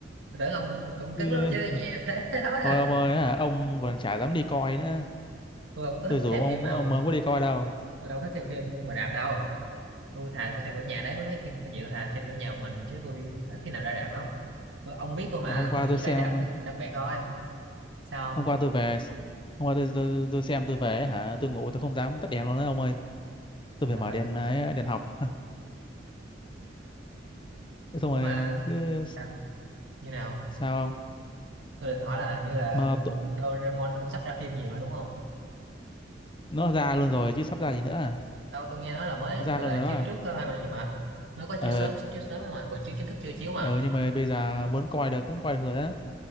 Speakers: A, on the right; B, on the left.
A: tôi tưởng ông cũng cứng
B: Chứ
A: lắm chứ nhà thế thế thôi
B: thôi
A: à
B: ông ơi, hả, ông còn chả dám đi coi nữa.
A: tôi không có
B: Tôi
A: thích
B: rủ
A: xem
B: ông
A: phim mà
B: ông
A: ông
B: không có đi coi đâu.
A: tôi đâu thích xem phim ngoài rạp đâu tôi thà tôi xem ở nhà đấy mấy mấy phim phim gì tôi thà xem ở nhà một mình chứ tôi ít khi nào ra rạp lắm tôi, ông biết tôi mà
B: Mà hôm qua
A: tôi
B: tôi
A: chỉ
B: xem,
A: ra rạp với dịp đặc biệt thôi sao
B: hôm qua tôi về hôm qua tôi tôi, tôi xem tôi về hả, tôi ngủ tôi không dám tắt đèn luôn đấy ông ơi. Tôi
A: trời
B: phải mở
A: ơi
B: đèn ờ, ấy, đèn học. <laughs> Thế Xong
A: ủa
B: rồi
A: mà
B: ờ, cứ
A: sao như nào
B: sao không?
A: tôi định hỏi là như là
B: Mà tụ-
A: Doraemon nó cũng sắp ra phim gì mà đúng không
B: nó ra luôn rồi chứ sắp ra gì nữa à?
A: đâu tôi nghe nói là mới
B: Nó Ra
A: gọi
B: luôn
A: là
B: rồi đó
A: chiếu
B: à?
A: trước thôi mà gì mà mới có chiếu
B: ờ
A: sớm xuất chiếu sớm thôi mà còn chiếu chính thức chưa chiếu mà
B: ờ nhưng mà bây giờ muốn coi được cũng coi được rồi đó